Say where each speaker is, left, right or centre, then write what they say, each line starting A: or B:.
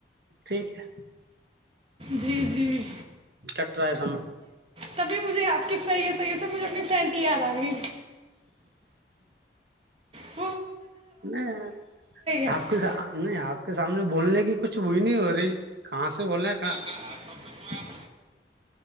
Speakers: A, on the right; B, on the right.
A: ٹھیک ہے
B: جی جی
A: کٹ رہ ہےسنا
B: تب مجھےپ کی صحیحی سے مجے اپنی فرینڈ کیا آا بھی ج
A: نہیں
B: ہے
A: آپ کے س نہیں آپ کے سامنے بولنے کی کچھ وہئی نہیں ہو رہی کہاں سے بولا
B: کہاںک میں آپ